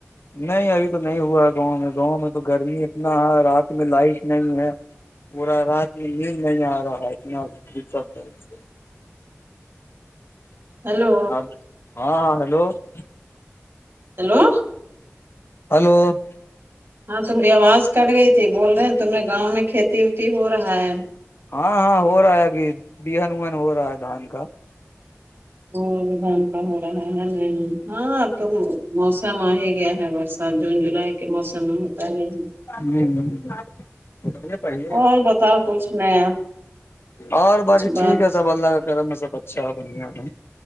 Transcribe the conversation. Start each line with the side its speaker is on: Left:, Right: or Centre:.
Left: نہیں ابھی تو نہیں ہوا ہے گاؤں میں گاؤں میں تو گرمی اتنا ہے رات میں لائٹ نہیں ہے پورا رات میں نیند نہیں آ رہا ہے اتنا دقت
Right: ہلو
Left: ہ ہاں ہاں ہیلو <unintelligible>
Right: ہیلو <unintelligible>
Left: ہلو <unintelligible>
Right: ہاں تمہاری آواز کٹ گئی تھی بول رہے ہیں تمے گاؤں میں کھیتی وتی ہو رہا ہے
Left: ہاں ہاں ہو رہا ہے ابھی بہن وہن ہو رہا ہے دھان کا
Right: <unintelligible> ہو رہا ہے ن ہاں تو موسم آ ہی گیا ہے برسات جون جولائی کے موسم میں ا ہ
Left: ہ ہے پائیے
Right: اور بتاؤ کچھ نیا
Left: اور
Right: کچھ
Left: باقی
Right: بات
Left: ٹھیک ہے سب اللہ کا کرم سب اچھا بنیا ہے